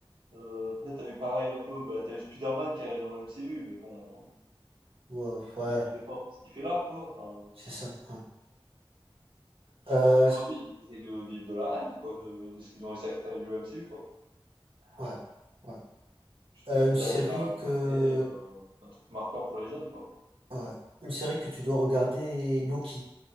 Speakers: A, on the right (about 65°); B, on the right (about 80°).
A: Euh, après, t'as eu pareil un peu, bah, t'as eu Spider-Man qui arrive dans le MCU, mais bon,
B: ouais, ouais,
A: tu te demandes des fois un peu ce qu'il fait là, quoi. Enfin,
B: c'est ça. ouais.
A: je
B: Euh,
A: pense qu'aujourd'hui, ils essayent de vivre de la hype, quoi, de, de ce qu'ils ont réussi à créer avec le MCU, quoi.
B: ouais, ouais.
A: jusqu'à
B: Euh,
A: ce qu'ils
B: une série
A: arrivent à
B: que
A: créer euh, un truc marquant pour les jeunes, quoi.
B: Ouais. Une série que tu dois regarder, Loki.